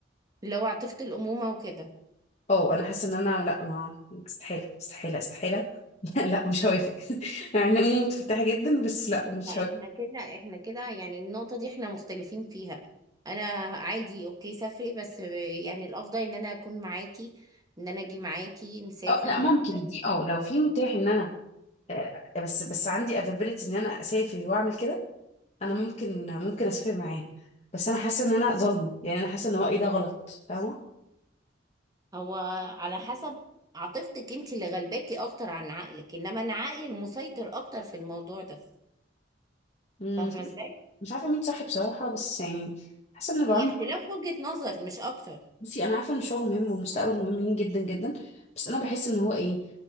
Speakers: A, on the right (about 20°); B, on the left (about 35°).
A: اللي هو عاطفة الأمومة وكده
B: اه انا حاسه ان انا لا ما استحاله استحاله استحاله <laughs> لا لا مش هوافق <laughs> يعني أنا متفتحه جدا بس لا مش
A: لا
B: هوافق
A: احنا كده احنا كده يعني النقطة دي احنا مختلفين فيها انا عادي اوكي سافري بس يعني الافضل ان انا اكون معاكي ان انا اجي معاكي نسافر
B: اه لا
A: و...
B: ممكن دي اه لو في متاح ان انا آه، بس بس عندي افابيلتي ان انا اسافر واعمل كده انا ممكن ممكن اسافر معاه بس انا حاسه ان انا ظالمه يعني انا حاسه ان رايي ده غلط فاهمه
A: هو على حسب عاطفتك انت اللي غلباكي اكتر عن عقلك انما انا عقلي المسيطر اكتر في الموضوع ده
B: مم،
A: فاهمة
B: مش عارفة
A: ازاي
B: مش عارفة مين صح بصراحة بس يعني حاسة ان الرعاة
A: هي
B: مجرد-
A: اختلاف وجهة نظر مش اكتر
B: بصي انا عارفة ان الشغل مهم والمستقبل مهمين جدا جدا بس انا بحس ان هو ايه